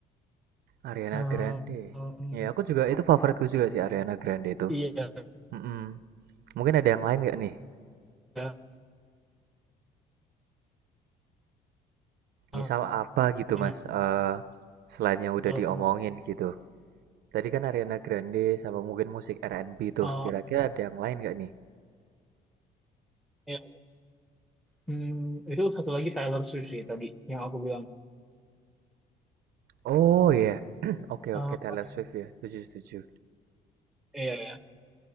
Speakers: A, on the right (about 70°); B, in the centre.
A: Ariana
B: Eh,
A: Grande.
B: em,
A: Ya, aku juga itu favoritku juga sih Ariana Grande itu.
B: iya,
A: Mm-mm. Mungkin ada yang lain nggak nih?
B: ya, eh,
A: Misal apa gitu
B: ini,
A: Mas? Eh selain yang udah
B: em,
A: diomongin gitu. Tadi kan Ariana Grande sama mungkin musik R&B tuh.
B: eh,
A: Kira-kira ada yang lain nggak nih?
B: ya, hmm, itu satu lagi Taylor Swift sih tadi yang aku bilang.
A: Oh ya, <clears throat> Oke
B: Eh,
A: oke Taylor
B: paling-
A: Swift ya. Setuju setuju.
B: iya ya.